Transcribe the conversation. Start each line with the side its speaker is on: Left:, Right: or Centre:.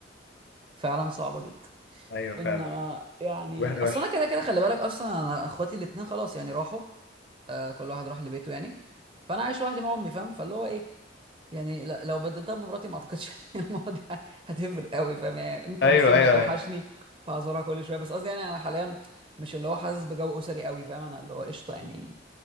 Right: فعلا صعبة جدا
Left: ايوه فعلا
Right: انما يعني
Left: واحدة
Right: اصل
Left: وحشة
Right: انا كده كده خلي بالك اصلا انا اخواتي الاتنين خلاص يعني راحوا آه كل واحد راح لبيته يعني فانا عايش لوحدي مع امي فاهم فاللي هو ايه يعني ل- لو بدلتها بمراتي ما اعتقدش <laughs> إن المواضيع هتفرق قوي فاهم يعني ممكن
Left: ايوه
Right: بس امي
Left: ايوه
Right: توحشني
Left: ايوه
Right: فهزورها كل شويه بس قصدي يعني انا حاليا مش اللي هو حاسس بجو اسري قوي فاهم انا اللي هو قشطه يعني